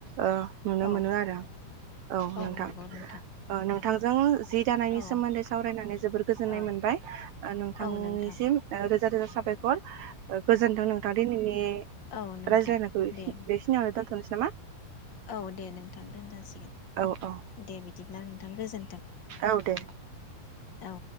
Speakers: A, on the right; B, on the left.
A: ओ नुनो
B: औ
A: मोनो आरो औ नोंथां
B: नंगौ नोंथां नंगौ
A: नोंथांजों जि दानायनि
B: औ
A: सोमोन्दै सावरायनानै जोबोर गोजोननाय
B: औ
A: मोनबाय नोंथांनिसिम
B: औ नोंथां
A: रोजा रोजा साबायखर गोजोनथों नोंथां दिनैनि
B: औ नोंथां
A: रायज्लायनाय बे
B: दे बिदि
A: बेखिनियावनो दोनथ सै नामा?
B: औ दे नोंथां दोनजासिगोन
A: औ औ
B: दे बिदिब्ला। गोजोन्थों
A: औ दे।
B: औ।